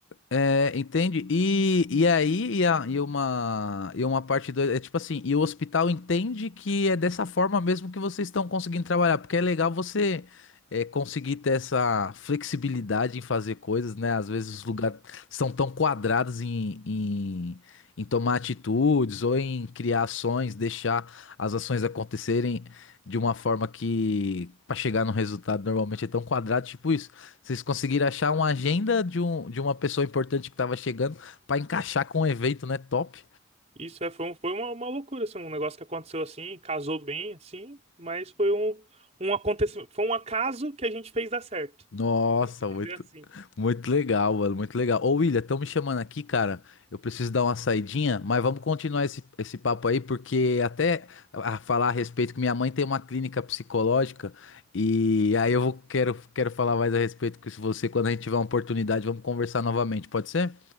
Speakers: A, on the left; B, on the right.
A: É, entende? E, e aí, e, a- e uma, e uma parte 2 é tipo assim, e o hospital entende que é dessa forma mesmo que vocês estão conseguindo trabalhar, porque é legal você é, conseguir ter essa flexibilidade em fazer coisas, né? Às vezes os lugares são tão quadrados em, em, em tomar atitudes ou em criar ações, deixar as ações acontecerem de uma forma que, para chegar no resultado, normalmente é tão quadrado, tipo isso. Vocês conseguiram achar uma agenda de, um, de uma pessoa importante que tava chegando pra encaixar com o evento, né? Top.
B: Isso é, foi, um- foi uma, uma loucura, assim, um negócio que aconteceu assim, casou bem, assim, mas foi um, um acontecimento, foi um acaso que a gente fez dar certo,
A: Nossa,
B: pode-se dizer
A: muito,
B: assim.
A: muito legal, mano, muito legal. Ô, William, estão me chamando aqui, cara. Eu preciso dar uma saidinha, mas vamos continuar esse, esse papo aí, porque até a falar a respeito que minha mãe tem uma clínica psicológica e aí eu vou, quero, quero falar mais a respeito que se você quando a gente tiver uma oportunidade, vamos conversar novamente, pode ser?